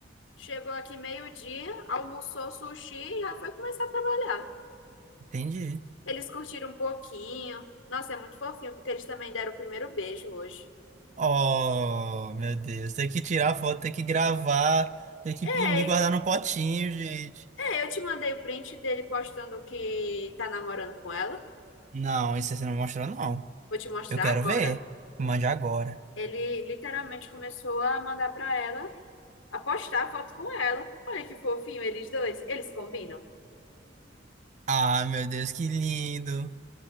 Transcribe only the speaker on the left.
Chegou aqui meio-dia, almoçou sushi e já foi começar a trabalhar.
Eles curtiram um pouquinho. Nossa, é muito fofinho, porque eles também deram o primeiro beijo hoje.
Ei,
ei, eu te mandei o print dele postando que tá namorando com ela.
Vou te mostrar
agora.
Ele literalmente começou a mandar pra ela, a postar foto com ela. Olha que fofinho, eles dois. Eles combinam.